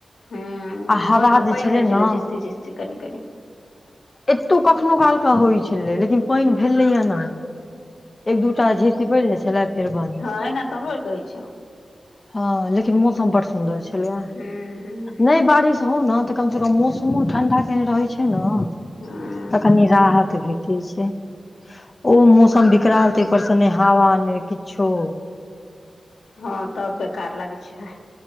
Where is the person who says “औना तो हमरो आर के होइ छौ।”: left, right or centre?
Left